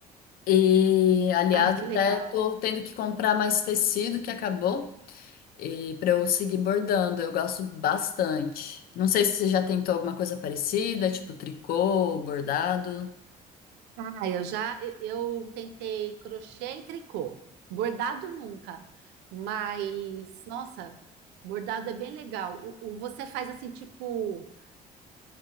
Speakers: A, on the left (about 60°); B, on the right (about 85°).
A: E, aliás,
B: Ah, que
A: até
B: legal.
A: tô tendo que comprar mais tecido que acabou e para eu seguir bordando. Eu gosto bastante. Não sei se você já tentou alguma coisa parecida, tipo tricô, bordado.
B: Ah, eu já eu tentei crochê e tricô. Bordado nunca, mas nossa, bordado é bem legal. O, o- você faz assim tipo,